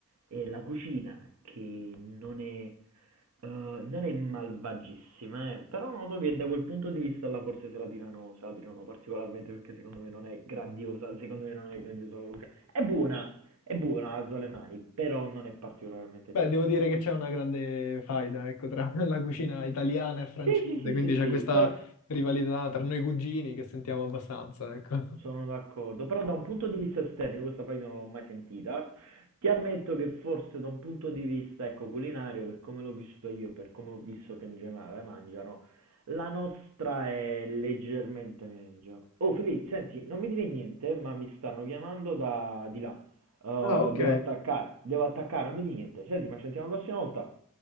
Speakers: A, on the right; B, on the left.
A: è la cucina, che non è, eh, non è malvagissima, eh, però noto che da quel punto di vista là forse se la tirano, se la tirano particolarmente perché secondo me non è grandiosa, secondo me non è grandiosa la cucina. È buona, è buona, alzo le mani, però non è particolarmente
B: Beh,
A: eccezionale.
B: devo dire che c'è una grande faida, ecco, tra <laughs> la cucina italiana e francese,
A: Sì, sì, sì,
B: quindi
A: sì,
B: c'è
A: sì,
B: questa
A: però
B: rivalità tra noi cugini che sentiamo abbastanza, ecco.
A: Sono d'accordo, però da un punto di vista esterno, io questa frase non l'ho mai sentita, ti ammetto che forse da un punto di vista, ecco, culinario, per come l'ho vissuto io, e per come ho visto che in generale mangiano, la nostra è leggermente meglio. Oh, Fili, senti, non mi dire niente, ma mi stanno chiamando da di là. Eh,
B: Ah, ok,
A: devo attaccare, devo attaccare, non mi dire niente. Senti, ma ci sentiamo la prossima volta.